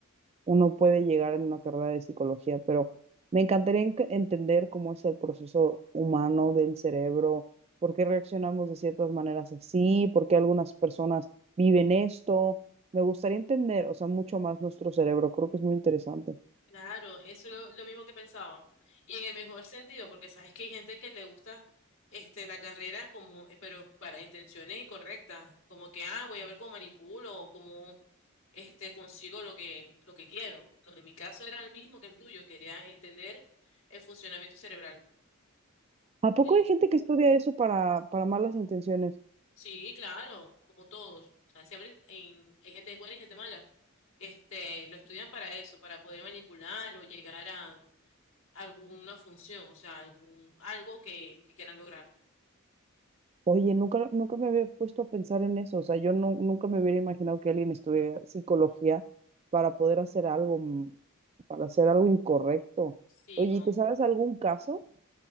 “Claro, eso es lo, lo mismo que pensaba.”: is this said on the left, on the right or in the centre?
Left